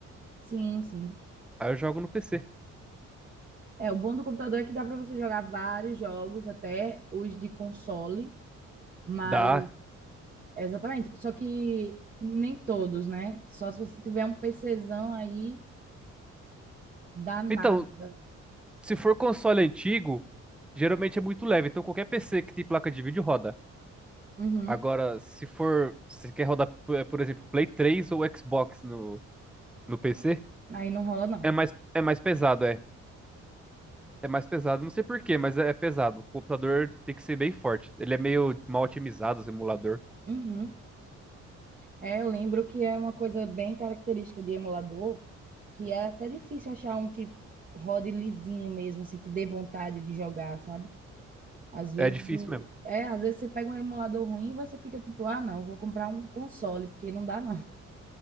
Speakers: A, on the right; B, in the centre.
A: Sim, sim.
B: Aí eu jogo no PC.
A: É, o bom do computador é que dá pra você jogar vários jogos, até os de console, mas
B: Dá.
A: Exatamente. Só que nem todos, né? Só se você tiver um PCzão aí danada.
B: Então, se for console antigo, geralmente é muito leve. Então, qualquer PC que tem placa de vídeo roda.
A: Uhum.
B: Agora, se for. Se quer rodar, por por exemplo, Play 3 ou Xbox no, no PC,
A: Aí não rola, não.
B: é mais, é mais pesado, é. É mais pesado, não sei por quê, mas é é pesado. O computador tem que ser bem forte. Ele é meio mal otimizado, o emulador.
A: Uhum. É, eu lembro que é uma coisa bem característica de emulador, que é até difícil achar um que rode lisinho mesmo, assim, que dê vontade de jogar, sabe? Às vezes
B: É difícil
A: o...
B: mesmo.
A: É, às vezes você pega um emulador ruim e você fica tipo, ah, não, vou comprar um console, porque não dá, não.